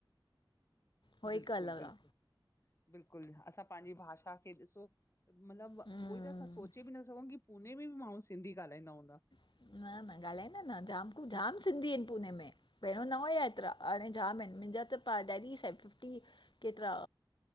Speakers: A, on the left; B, on the left.
A: उहो हिकु
B: बिल्कुलु,
A: अलॻि
B: बिल्कुलु,
A: आहे
B: बिल्कुलु असां पंहिंजी भाषा खे ॾिसो मतिलबु उहोई
A: हम्म
B: त असां सोचे बि न सघूं की पुने में बि माण्हू सिंधी ॻाल्हाईंदा हूंदा।
A: न, न ॻाल्हाईंदा आहिन न जामु जामु सिंधी आहिनि पूने में। पहिरियों न हुया एतिरा हाणे जामु आहिनि। मुंहिंजा त पाण डैडी से फिफ्टी केतिरा